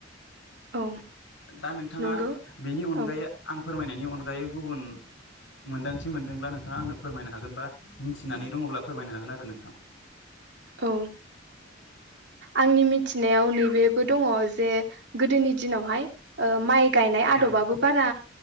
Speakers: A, on the right; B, on the left.
A: औ
B: दा नोंथांङा
A: नंगौ
B: बेनि अनगायै
A: औ
B: जोबोर आं फोरमायनायनि अन अनगायै गुबुन मोनदांथि मोनदोंब्ला नोंथाङा आंनो फोरमायनो हागोनबा मिथिनानै दङब्ला फोरमायनो हागोन आरो नोंथां
A: औ ओ आंनि मिथिनायाव नैबेबो दङ जे गोदोनि दिनावहाय ओ माइ गायनाय आदबाबो
B: औ
A: बारा